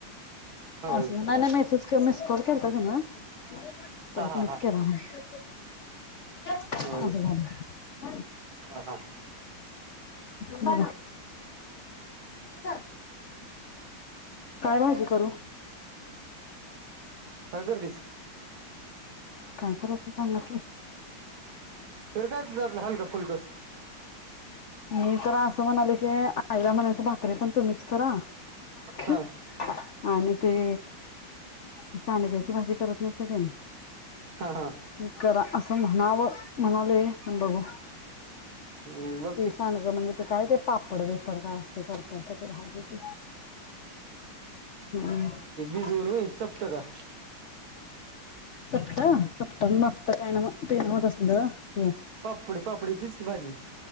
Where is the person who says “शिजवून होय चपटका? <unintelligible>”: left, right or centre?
Right